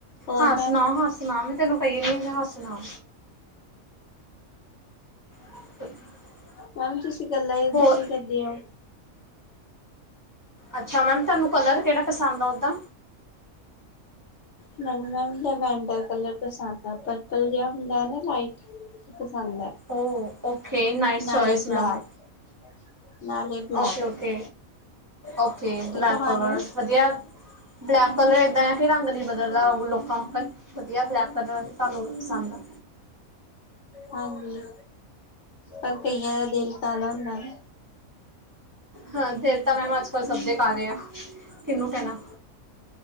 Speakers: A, on the left (about 65°); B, on the right (about 30°).
A: ਹੋਰ
B: ਹਾਂ,
A: ਮੈਮ
B: ਸੁਣਾਵਾ ਸੁਣਾ ਮੈਂ ਤੈਨੂੰ ਪਈ ਇਹ ਵੀ ਮੈਂ, ਹੱਸ ਲਾ। <inaudible>
A: ਮੈਮ ਤੁਸੀਂ, ਗੱਲਾਂ ਏਧਾ
B: ਹੋਰ
A: ਦੀ, ਹੀ ਕਰਦੇ ਆਓ?
B: ਅੱਛਾ, ਮੈਮ ਤੁਹਾਨੂੰ ਕਲਰ, ਕਿਹੜਾ ਪਸੰਦ ਆ ਓਦਾ।
A: ਮੈਨੂੰ ਨਾ, ਲਵੈਂਡ ਕਲਰ, ਪਸੰਦ ਆ। ਪਰਪਲ ਜਿਹਾ ਹੁੰਦਾ ਨਾ ਲਾਈਟ। ਪਸੰਦ ਹੈ।
B: Oh okay. ਨਾਈਸ
A: ਨਾਲੇ
B: ਚੋਇਸ,
A: ਬਲੈਕ
B: ਮੈਮ।
A: ਨਾਲੇ ਬਲੈਕ
B: ਓਕੇ- ਓਕੇ। ਓਕੇ,
A: ਤੇ
B: ਬਲੈਕ
A: ਤੁਹਾਨੂੰ
B: ਕਲਰ ਵਧੀਆ। Black colour. ਕੈਂ ਕੇ ਰੰਗ ਨੀ ਬਦਲਦਾ ਹੋਰ ਲੋਕਾਂ ਵਕਰ ਵਧੀਆ ਬਲੈਕ ਕਲਰ, ਤੁਹਾਨੂੰ ਪਸੰਦ ਆ।
A: ਹਾਂਜੀ। ਪਰ, ਕਈਆਂ ਦਾ ਦਿਲ, ਕਾਲਾ ਹੁੰਦਾ ਨਾ।
B: ਹਾਂ। ਫੇਰ ਤਾਂ, ਮੈਮ ਅੱਜ ਕੱਲ ਸਭ ਦੇ ਕਾਲੇ ਆ। ਕਿਹਨੂੰ ਕਹਿਣਾ